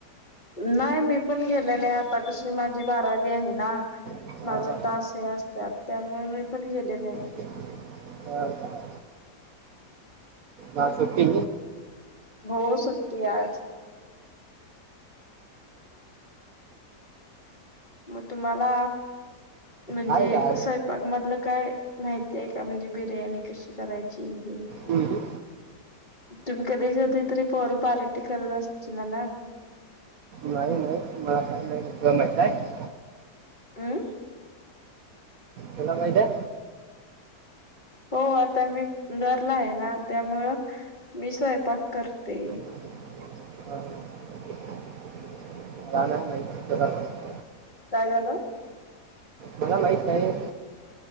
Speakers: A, on the left (about 25°); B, on the right (about 60°).
A: नाही मी पण गेलेले आता जशी माझी बारावी हाय ना
B: हा,
A: माझे तास हे असतात. त्यामुळे मी पण गेले नाय
B: ह का <inaudible> आज सुट्टी?
A: हो सुट्टी आहे. मग तुम्हाला म्हणजे-
B: आहे का आज
A: बाग मधलं काय माहिती आहे का म्हणजे बिर्याणी कशी करायची हे?
B: हम्म.
A: तुम्ही कधी कधी तरी पोर पार्टी करत असचीला ना?
B: नाही नाही <inaudible> <unintelligible>
A: अमम
B: केला महितय?
A: हो आता मी धरला आहे ना त्यामुळं मी स्वयंपाक करते.
B: ह <inaudible> का माहि <unintelligible> <inaudible>
A: काय झालं?
B: मला माहित नाही.